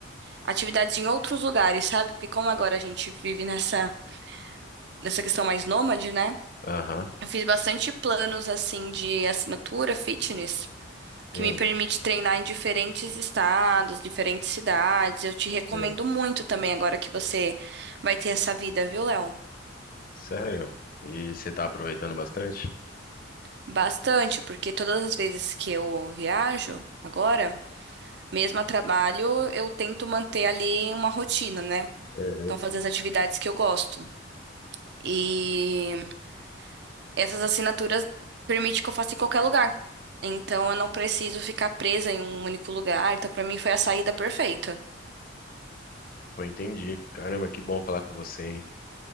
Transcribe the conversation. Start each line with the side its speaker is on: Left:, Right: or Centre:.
Right: atividades em outros lugares, sabe? Porque como agora a gente vive nessa, nessa questão mais nômade, né?
Left: Aham.
Right: Eu fiz bastante planos assim de assinatura fitness que
Left: Uhum.
Right: me permite treinar em diferentes estados, diferentes cidades. Eu te recomendo
Left: Sei.
Right: muito também agora que você vai ter essa vida, viu, Léo?
Left: Sério? E você tá aproveitando bastante?
Right: Bastante, porque todas as vezes que eu viajo agora, mesmo a trabalho, eu tento manter ali uma rotina, né?
Left: Uhum.
Right: Então, fazer as atividades que eu gosto. E essas assinaturas permitem que eu faça em qualquer lugar. Então eu não preciso ficar presa em um único lugar. Então pra mim foi a saída perfeita.
Left: Pô, entendi. Caramba, que bom falar com você, hein?